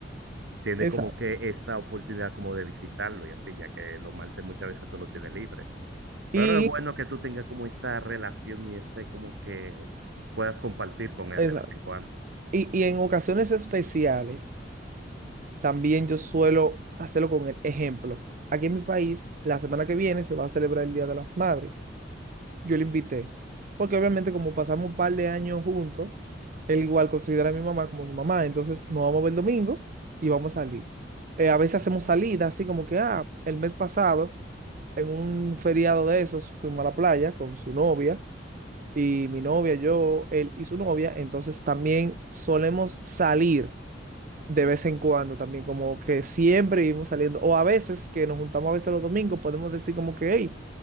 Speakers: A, on the right (about 80°); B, on the right (about 50°).
A: tiene
B: Exacto.
A: como que esa oportunidad como de visitarlo y así, ya que los martes muchas veces tú lo tienes libre. Pero
B: Y,
A: es bueno que tú tengas como esa relación y ese como que puedas compartir con él
B: exacto.
A: de vez en cuando.
B: Y, y en ocasiones especiales, también yo suelo hacerlo con el ejemplo. Aquí en mi país, la semana que viene se va a celebrar el Día de las Madres. Yo le invité, porque obviamente como pasamos un par de años juntos, él igual considera a mi mamá como su mamá, entonces nos vamos a ver el domingo y vamos a salir. Eh, a veces hacemos salidas, así como que, ah, el mes pasado, en un feriado de esos, fuimos a la playa con su novia y mi novia, yo, él y su novia, entonces también solemos salir de vez en cuando también, como que siempre vivimos saliendo, o a veces que nos juntamos a veces los domingos, podemos decir como que, hey,